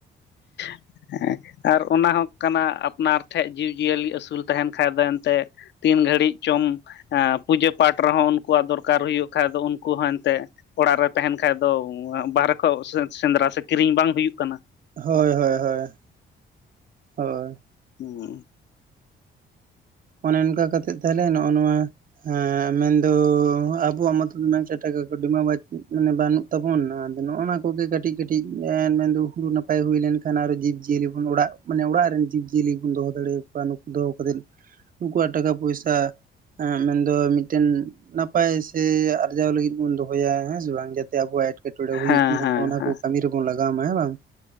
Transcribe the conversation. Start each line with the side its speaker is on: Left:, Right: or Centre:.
Left: <inaudible> ᱟᱨ ᱚᱱᱟ ᱦᱚᱸ ᱠᱟᱱᱟ, ᱟᱯᱱᱟᱨ ᱴᱷᱮᱡ ᱡᱤᱵᱽᱼᱡᱤᱭᱟᱹᱞᱤ ᱟᱹᱥᱩᱞ ᱛᱟᱦᱮᱱ ᱠᱷᱟᱡᱽ ᱫᱚ ᱮᱱᱛᱮ ᱛᱤᱱ ᱜᱷᱟᱹᱲᱤᱡ ᱪᱚᱢ ᱯᱩᱡᱟᱹ ᱯᱟᱴ ᱨᱮᱦᱚᱸ ᱩᱱᱠᱩᱣᱟᱜ ᱫᱚᱨᱠᱟᱨ ᱦᱩᱭᱩᱜ ᱠᱷᱟᱡᱽ ᱫᱚ ᱩᱱᱠᱩ ᱦᱚᱸ ᱮᱱᱛᱮ ᱚᱲᱟᱜ ᱨᱮ ᱛᱟᱦᱮᱱ ᱠᱷᱟᱡ ᱫᱚ ᱵᱟᱦᱨᱮ ᱠᱷᱚᱡ ᱥᱮᱸᱫᱽᱨᱟ ᱥᱮ ᱠᱤᱨᱤᱧ ᱵᱟᱝ ᱦᱩᱭᱩᱜ ᱠᱟᱱᱟ᱾
Right: ᱦᱳᱭ ᱦᱳᱭ ᱦᱳᱭ᱾ ᱦᱳᱭ!
Left: ᱦᱩᱸ!
Right: ᱚᱱᱮ ᱚᱱᱠᱟ ᱠᱟᱛᱮᱜ ᱛᱟᱦᱚᱞᱮ ᱱᱚᱜᱼᱚᱭ ᱱᱚᱣᱟ ᱦᱮᱸ ᱢᱮᱱ ᱫᱚ ᱟᱵᱚᱣᱟᱜ ᱢᱚᱛᱚ ᱩᱱᱟᱜ ᱴᱟᱠᱟ-ᱠᱟᱹᱣᱰᱤ ᱢᱟᱱᱮ ᱵᱟᱹᱱᱩᱜ ᱛᱟᱵᱚᱱᱟ ᱟᱫᱚ ᱱᱚᱜᱼ ᱱᱚᱣᱟ ᱠᱚᱜᱮ ᱠᱟᱹᱴᱤᱡ ᱠᱟᱹᱴᱤᱡ ᱢᱮᱱ ᱫᱚ ᱦᱩᱲᱩ ᱱᱟᱯᱟᱭ ᱦᱩᱭ ᱞᱮᱱᱠᱷᱟᱱ ᱟᱨᱚ ᱡᱤᱵᱽ-ᱡᱤᱭᱟᱹᱞᱤ ᱵᱚᱱ ᱚᱲᱟᱜ ᱢᱟᱱᱮ ᱚᱲᱟᱜ ᱨᱮᱱ ᱡᱤᱵᱽ-ᱡᱤᱭᱟᱹᱞᱤ ᱵᱚᱱ ᱫᱚᱦᱚ ᱫᱟᱲᱮᱭᱟ ᱠᱚᱣᱟ, ᱱᱩᱠᱩ ᱫᱚᱦᱚ ᱠᱟᱛᱮ ᱱᱩᱠᱩᱣᱟᱜ ᱴᱟᱠᱟ ᱯᱚᱭᱥᱟᱸ ᱢᱮᱱ ᱫᱚ ᱢᱤᱫᱴᱮᱱ ᱱᱟᱯᱟᱭ ᱥᱮ ᱟᱨᱡᱟᱣ ᱞᱟᱹᱜᱤᱫ ᱵᱚᱱ ᱫᱚᱦᱚᱭᱟ ᱦᱮᱸ ᱥᱮ ᱵᱟᱝ, ᱡᱟᱛᱮ ᱟᱵᱚᱣᱟᱜ ᱮᱴᱠᱮᱴᱚᱬᱮ ᱦᱩᱭᱚᱜ,
Left: ᱦᱮᱸ ᱦᱮᱸ
Right: ᱚᱱᱟ
Left: ᱦᱮᱸ
Right: ᱠᱚ ᱠᱟᱹᱢᱤ ᱨᱮᱵᱚᱱ ᱞᱟᱜᱟᱣ ᱢᱟ ᱦᱮᱸ ᱵᱟᱝ?